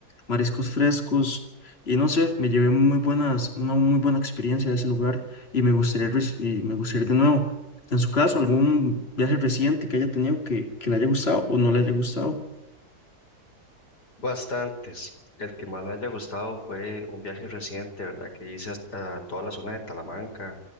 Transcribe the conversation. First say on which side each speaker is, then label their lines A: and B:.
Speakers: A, on the left; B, on the left.
A: mariscos frescos y no sé, me llevé muy buenas, una muy buena experiencia de ese lugar y me gustaría, res- y me gustaría ir de nuevo. En su caso, algún viaje reciente que haya tenido que, que le haya gustado o no le haya gustado.
B: Bastantes. El que más me haya gustado fue un viaje reciente, ¿verdad? Que hice hasta- a toda la zona de Talamanca,